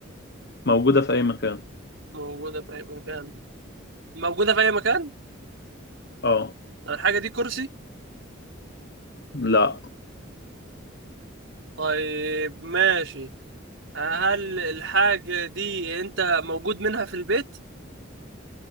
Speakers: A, on the left; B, on the right.
A: موجودة في اي مكان
B: موجودة في أي مكان موجودة في أي مكان
A: اه
B: طب الحاجة دي كرسي
A: لا
B: طيب ماشي هل الحاجة دي أنت موجود منها في البيت؟